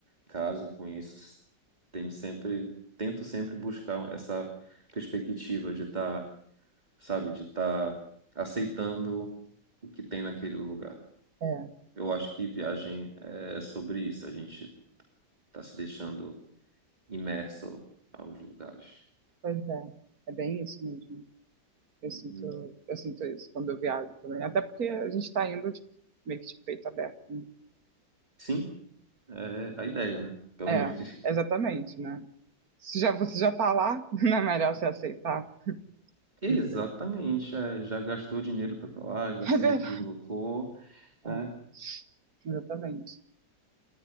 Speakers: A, on the right; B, on the right.
A: caso com isso. Tenho sempre, tento sempre buscar essa perspectiva de estar, sabe, de estar aceitando o que tem naquele lugar.
B: É,
A: Eu acho que viagem é sobre isso, a gente está se deixando imerso aos lugares.
B: pois é. É bem isso mesmo. Eu sinto,
A: Uhum.
B: eu sinto isso quando eu viajo também. Até porque a gente está indo de- meio que de peito aberto. né?
A: Sim, é a
B: Então,
A: ideia, né? Pelo
B: É,
A: menos. <laughs>
B: exatamente, né? Se já, você já tá lá, <laughs> não é melhor você aceitar?
A: Exatamente.
B: Não sei.
A: é, já gastou dinheiro para lá, já
B: <laughs>
A: se
B: É verdade.
A: deslocou, né?
B: É, exatamente.